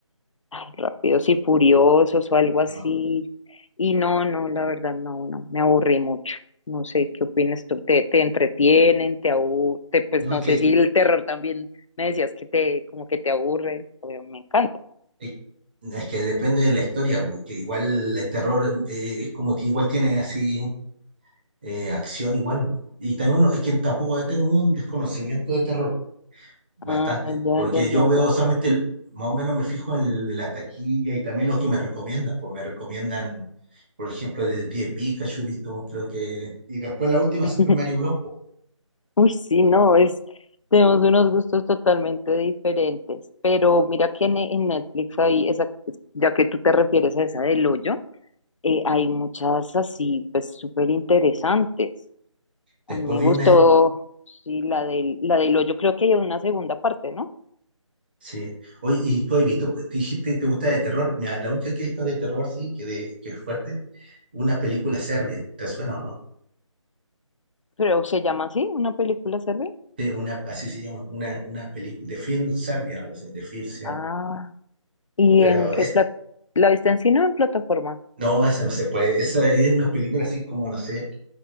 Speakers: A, on the left (about 70°); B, on the right (about 20°).
A: ay, Rápidos y Furiosos o algo así,
B: No,
A: y no, no, la verdad, no, no, me aburrí mucho. No sé, ¿qué opinas tú? ¿Te, te entretienen? ¿Te aburre? Pues
B: No,
A: no
B: es que
A: sé si el terror también me decías que te, como que te aburre, obvio, me encanta.
B: Es es que depende de la historia, porque igual el terror eh, es como que igual tiene así eh, acción igual. Y también uno- es que tampoco tengo un desconocimiento de terror, bastante,
A: Ah, ya,
B: porque
A: ya,
B: yo
A: ya,
B: veo
A: ya.
B: solamente, el- más o menos me fijo en la taquilla y también lo que me recomiendan, pues me recomiendan, por ejemplo, de Pie Pikachu, he visto, creo que... Y después la última
A: <laughs>
B: Super Mario Bros. pues.
A: Uy, sí, no, es, tenemos unos gustos totalmente diferentes, pero mira que en, en Netflix hay esa, ya que tú te refieres a esa del hoyo, eh, hay muchas así, pues súper interesantes. A
B: Después
A: mí me
B: vi
A: gustó,
B: una... de-
A: sí, la del, la del hoyo, creo que hay una segunda parte, ¿no?
B: Sí. Oye, y tú has visto, te dijiste que te gusta de terror. Mira, la única que he visto de terror, sí, que, de, que es fuerte. una película serbia, ¿te suena o no?
A: Pero se llama así, una película, ¿sirve?
B: De una, así se llama, una, una película de film serbia, algo así, de film serbia.
A: Ah, ¿y
B: Pero
A: en qué
B: esa,
A: plata? ¿La viste en cine o en plataforma?
B: no, esa no se puede, esa es una película así como, no sé,